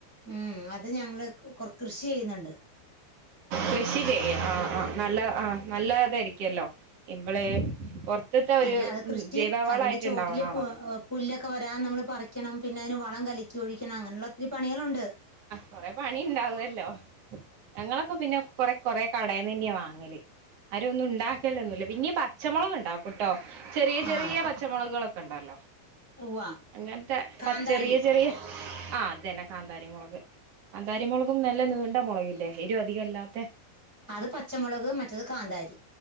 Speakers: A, in the centre; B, on the right.
A: ഉം അത് ഞങ്ങള് കൊർ കൃഷി ചെയ്യുന്നുണ്ട്
B: കൃഷി ചെയ്യും ആഹ് ആഹ് നല്ല ആഹ് നല്ല ഇതായിരി ക്യല്ലോ ഇവളേ പൊറത്തത്താ ഒരു
A: അല്ല അത് കൃഷി
B: ജൈവ വളായിട്ട്
A: അതിന്റെ ചോട്ടില്
B: ഇണ്ടാവണാണല്ലോ
A: പു- ഏഹ് പുല്ലൊക്കെ വരാൻ നമ്മൾ പറിക്കണം പിന്നെ അതിന് വളം കലിക്കി ഒഴിക്കണം അങ്ങനൊള്ള ഒത്തിരി പണികളൊണ്ട്
B: കൊറേ പണി ഇണ്ടാവല്ലോ ഞങ്ങളൊക്കെ പിന്നെ കൊറേ കൊറേ കടേന്ന് തന്നെയാ വാങ്ങല് ആരൊന്നും ഉണ്ടാക്കലൊന്നും ഇല്ല പിന്നീ പച്ചമൊളക് ഇണ്ടാ ട്ടോ ചെറിയ ചെറിയ
A: ആ
B: പച്ചമൊളകുകളൊക്കെ ഒണ്ടല്ലോ
A: ഉവ്വ
B: അങ്ങൻത്തെ
A: കാന്താരി
B: പ ചെറിയ ചെറിയ ആഹ് അത് തന്നെ കാന്താരിമൊളക് കാന്താരിമൊളകും നല്ല നീണ്ട മൊളകില്ലേ എരിവ് അധികം ഇല്ലാത്തെ
A: അത് പച്ചമൊളക് മറ്റേത് കാന്താരി